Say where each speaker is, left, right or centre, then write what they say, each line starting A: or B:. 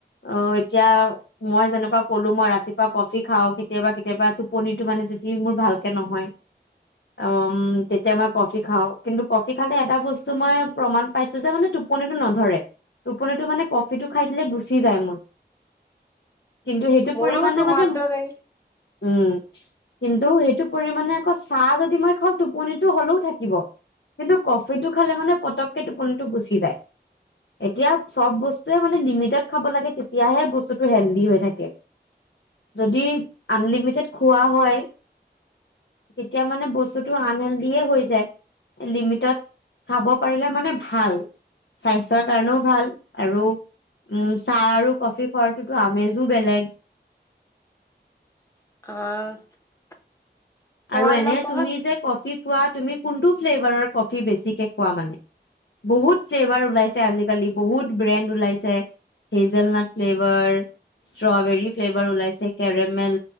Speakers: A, on the left; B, on the left.
A: অ এতিয়া মই যেনেকুৱা ক'লো মই ৰাতিপুৱা কফি খাওঁ কেতিয়াবা কেতিয়াবা টোপনিটো মানে যদি মোৰ ভালকে নহয় ঔম, তেতিয়া মই কফি খাওঁ কিন্তু কফি খালে এটা বস্তু মই প্ৰমাণ পাইছো যে মানে টোপনিটো নধৰে। টোপনিটো মানে কফিটো খাই দিলে গুচি যায় মোৰ। কিন্তু সেইটো
B: মোৰো
A: পৰিমাণে
B: তোমাত
A: মানে
B: দৰেই।
A: উম, কিন্তু এইটো পৰিমাণে আকৌ চাহ যদি মই <unintelligible> টোপনিটো হ'লেও থাকিব। কিন্তু কফিটো খালে মানে পতককে টোপনিটো গুচি যায়। এতিয়া চব বস্তুৱে মানে লিমিটত খাব লাগে। তেতিয়াহে বস্তু <unintelligible> হেলডি হৈ থাকে। যদি আনলিমিটেত খোৱা হয়। তেতিয়া মানে বস্তুতটো আনহেলডিয়ে হয় যায়। লিমিটড খাব পাৰিলে মানে ভাল। স্বাস্থ্যৰ কাৰণেও ভাল আৰু উম, চাহ আৰু কফি খুৱাৰ কিন্তু আমেজো বেলেগ
B: <unintelligible> তোমাৰ
A: আৰু এনে
B: লগত
A: তুমি যে কফি খোৱা তুমি কোনটো ফ্লেভাৰৰ কফি বেছিকে খোৱা মানে? বহুত ফ্লেভাৰ ওলাইছে। আজিকালি বহুত ব্ৰেণ্ড ওলাইছে। হেজেলনাট ফ্লেভাৰ, ষ্ট্ৰৱেৰী ফ্লেভাৰ ওলাইছে। কেৰেমেল